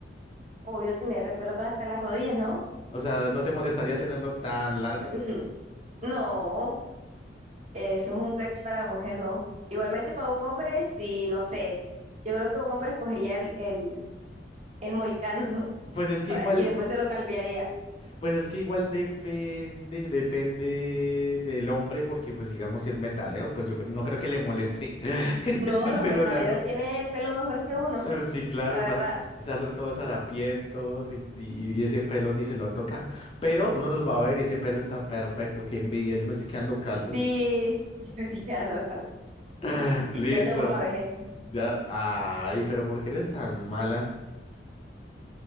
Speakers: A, on the right; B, on the left.
A: Obvio tener el pelo para hasta las rodillas, ¿no?
B: O sea, ¿no te molestaría tenerlo tan largo?
A: <laughs> No, eso es un flex para la mujer, ¿no? Igualmente para un hombre, sí, no sé. Yo creo que un hombre escogería el, el, el mohicano <laughs>
B: Pues es que
A: pa-
B: igual,
A: y después se lo calviaría.
B: pues es que igual depende, depende del hombre, porque pues digamos si es metalero, pues yo cre- no creo que le moleste <laughs> tener
A: No,
B: el
A: los
B: pelo
A: metaleros
B: largo.
A: tienen el pelo mejor que uno,
B: Eh,
A: <laughs>
B: Sí, claro,
A: la
B: más,
A: verdad.
B: o sea, son todos harapientos y, y, y ese pelo ni se lo tocan, pero uno los va a ver y ese pelo está perfecto, qué envidia, yo me estoy quedando calvo.
A: Sí, <laughs> yo me estoy quedando calva.
B: <laughs> Listo.
A: Ya sea por la vejez.
B: Ya, ay, pero ¿por qué eres tan mala?